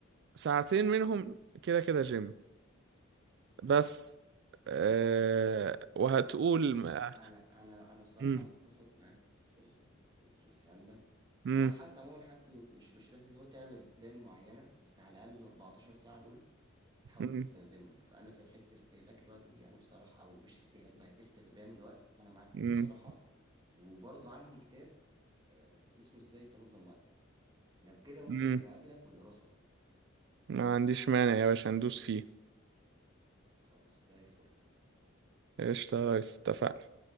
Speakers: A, on the right; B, on the right.
A: ساعتين منهم كده كده جيم
B: مم.
A: بس أه وهتقول
B: بص
A: ما
B: انا انا انا بصراحه
A: مم.
B: متفق معاك في ال... في, ال... في الكلام ده
A: مم.
B: هو حتى عموما حتى م- مش مش لازم هو تعمل بلان معينه بس على الاقل ال 14 ساعه دول تحاول
A: مم.
B: تستخدمهم فانا في حته استهلاك الوقت دي انا بصراحه او مش استهلاك بقى استخدام الوقت انا معاك في
A: مم.
B: دي بصراحه وبرضو عندي كتاب آه، اسمه ازاي تنظم وقتك لو كده ممكن
A: مم.
B: ابقى اقابلك ونقراه سوا
A: ما عنديش مانع يا باشا ندوس فيه
B: خلاص زي الفل
A: قشطة يا ريس اتفقنا